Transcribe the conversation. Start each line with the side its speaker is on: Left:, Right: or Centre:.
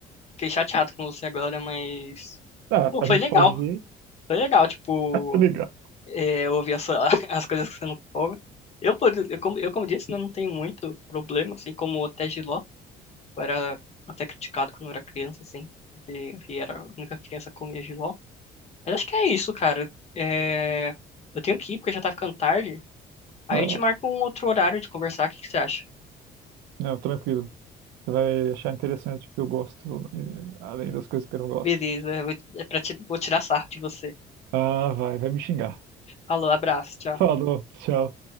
Left: fiquei chateado com você agora, mas.
Right: Ah,
Left: Pô,
Right: a
Left: foi
Right: gente
Left: legal.
Right: pode ver.
Left: Foi legal, tipo,
Right: <laughs>
Left: é, ouvir a sua- <laughs> as coisas que você não come. Eu, por ex- eu, como, eu, como disse, né, não tenho muito problema, assim, como até jiló. Eu era até criticado quando eu era criança, assim, porque eu era a única criança que comia jiló. Mas acho que é isso, cara. É, eu tenho que ir, porque já tá ficando tarde. Aí
Right: Ah,
Left: eu
Right: legal.
Left: te marco um outro horário de conversar, o que que você acha?
Right: Não, tranquilo. Você vai achar interessante o que eu gosto, e- além das coisas que eu não gosto.
Left: Beleza, eu vou, é pra ti- vou tirar sarro de você.
Right: Ah, vai, vai me xingar.
Left: Falou, abraço, tchau.
Right: Falou, tchau.